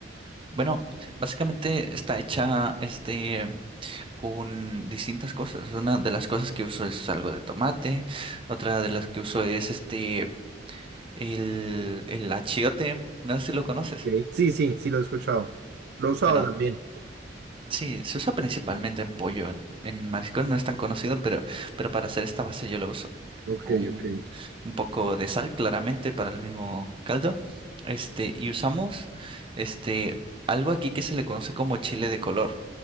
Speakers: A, on the right; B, on the right.
A: Bueno, básicamente está hecha este con distintas cosas. Una de las cosas que uso es algo de tomate, otra de las que uso es este el, el achiote, no sé si lo conoces.
B: Ok. Sí, sí, sí, lo he escuchado. Lo he usado
A: Bueno,
B: también.
A: Sí, se usa principalmente en pollo. En, en mariscos no es tan conocido, pero, pero para hacer esta base yo lo uso.
B: Ok,
A: Un,
B: ok.
A: un poco de sal, claramente, para el mismo caldo. Este, y usamos este, algo aquí que se le conoce como chile de color,